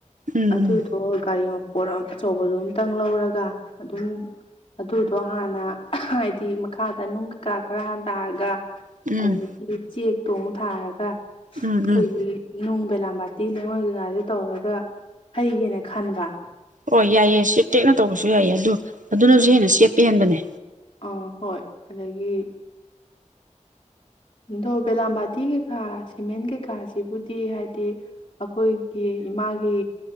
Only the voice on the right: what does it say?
ꯎꯝ
ꯎꯝ
ꯎꯝ ꯎꯝ
ꯎꯝ
ꯍꯣꯏ ꯌꯥꯏꯑ ꯆ ꯇꯦꯛꯅ ꯇꯧꯕꯁꯨ ꯌꯥꯏꯑ ꯑꯗꯨ ꯑꯗꯨꯅꯁꯨ
ꯍꯦꯟꯅ ꯁꯦꯠꯄ ꯍꯦꯟꯕꯅꯦ